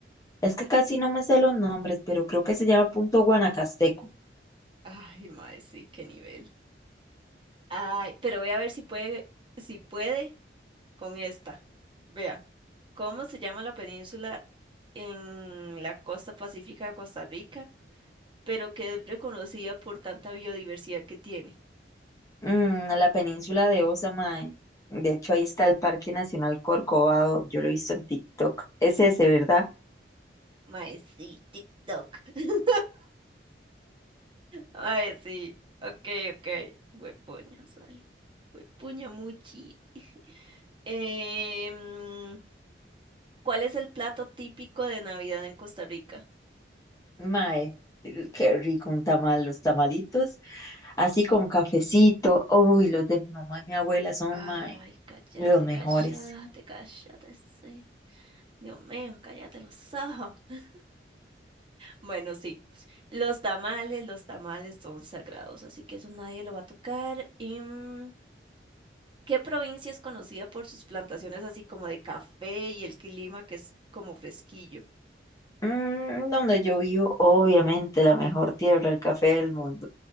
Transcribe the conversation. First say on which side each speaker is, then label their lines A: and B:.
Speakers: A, on the left; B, on the right.
A: Es que casi no me sé los nombres, pero creo que se llama Punto Guanacasteco.
B: Ay, mae, sí, qué nivel. Ay, pero voy a ver si puede, si puede con esta. Vea, ¿cómo se llama la península en la costa pacífica de Costa Rica? pero que es reconocida por tanta biodiversidad que tiene.
A: Mm, la península de Osa, mae. De hecho, ahí está el Parque Nacional Corcovado. Yo lo he visto en TikTok. Es ese, ¿verdad?
B: Mae, sí, TikTok. <laughs> Mae, sí. Ok, ok. Huepuña, ay. Huepuña, muchi. <laughs> Em, ¿cuál es el plato típico de Navidad en Costa Rica?
A: Mae, qué rico un tamal, los tamalitos. Así con cafecito. Uy, los de mi mamá y mi abuela son,
B: Ay,
A: mae,
B: cállate,
A: los mejores.
B: cállate, cállate, sí. Dios mío, cállate los ojos. <laughs> Bueno, sí, los tamales, los tamales son sagrados, así que eso nadie lo va a tocar. y mm, ¿Qué provincia es conocida por sus plantaciones así como de café y el clima que es como fresquillo?
A: Mm, donde yo vivo, obviamente, la mejor tierra, el café del mundo,